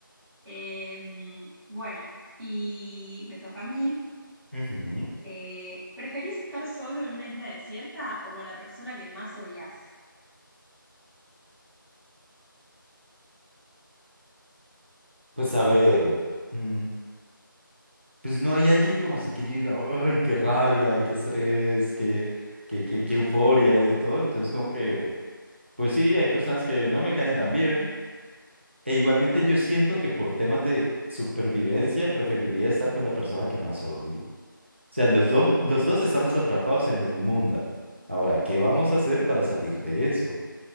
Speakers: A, on the right; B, on the right.
A: Em, bueno, y me toca a mí.
B: Ujú.
A: Eh, ¿preferís estar solo en una isla desierta o con la persona que más odias?
B: Pues a ver, mm, pues no hay alguien como así que yo diga, ay, qué rabia, qué estrés, qué, qué, qué, qué euforia y de todo. Entonces como que, pues sí, hay personas que no me caen tan bien. E igualmente yo siento que por temas de supervivencia preferiría estar con la persona que más odio. O sea, los, dom- los dos estamos atrapados en la inmunda. Ahora, ¿qué vamos a hacer para salir de eso?